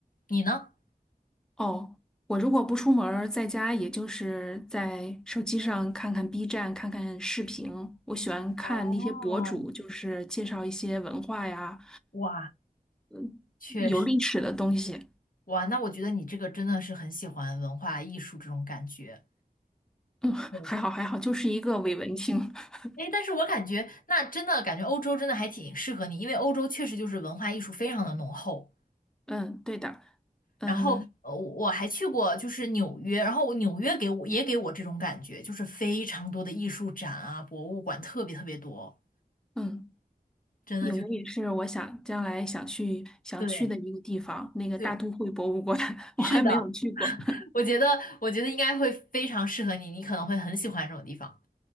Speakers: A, on the left; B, in the centre.
A: 你呢？
B: 哦，我如果不出门儿在家也就是在手机上看看 B 站，看看视频。我喜欢看那些博主，
A: 哦，
B: 就是介绍一些文化呀，
A: 哇，
B: 嗯，
A: 确实，
B: 有历史的东西。
A: 哇，那我觉得你这个真的是很喜欢文化艺术这种感觉。
B: 嗯，
A: 对，
B: 还好还好，就是一个伪文青。<laughs>
A: 哎，但是我感觉那真的感觉欧洲真的还挺适合你，因为欧洲确实就是文化艺术非常的浓厚。
B: 嗯，对的。嗯
A: 然后，呃，我还去过就是纽约，然后纽约给我也给我这种感觉，就是非常多的艺术展啊、博物馆特别特别多，
B: 嗯，
A: 真的就是
B: 纽约也是我想将来想去想去的一个地方，
A: 对
B: 那个大都会博物馆，
A: 对，
B: <laughs>
A: 是的，
B: 我还没有去过。<laughs>
A: 我觉得我觉得应该会非常适合你，你可能会很喜欢这种地方。